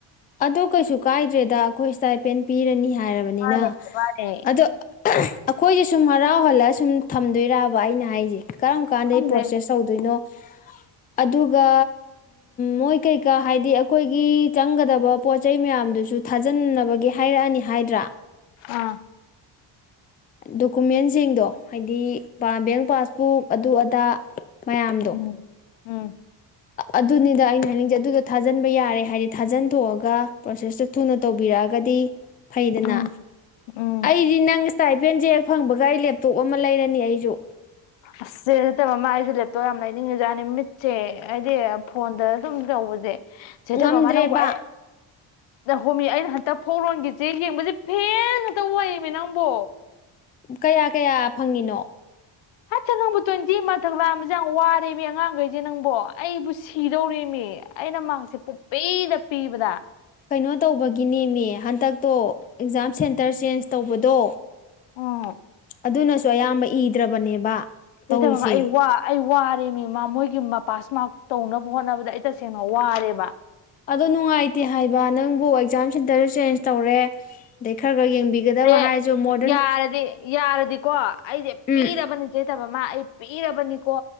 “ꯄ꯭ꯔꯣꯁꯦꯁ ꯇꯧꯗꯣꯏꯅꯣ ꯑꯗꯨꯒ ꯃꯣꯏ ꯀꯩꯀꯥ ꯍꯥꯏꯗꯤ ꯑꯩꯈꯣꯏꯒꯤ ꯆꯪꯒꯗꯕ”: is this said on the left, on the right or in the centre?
Left